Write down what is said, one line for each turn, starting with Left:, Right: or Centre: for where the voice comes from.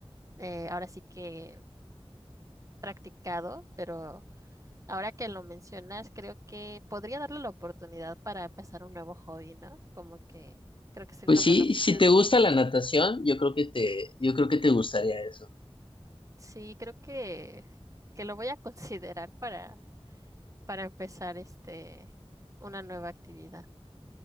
Right: eh, ahora sí que practicado, pero ahora que lo mencionas, creo que podría darle la oportunidad para empezar un nuevo hobby, ¿no? Como que creo que sería
Left: pues
Right: una
Left: sí,
Right: buena opción.
Left: si te gusta la natación, yo creo que te, yo creo que te gustaría eso.
Right: Sí, creo que, que lo voy a considerar para, para empezar este, una nueva actividad.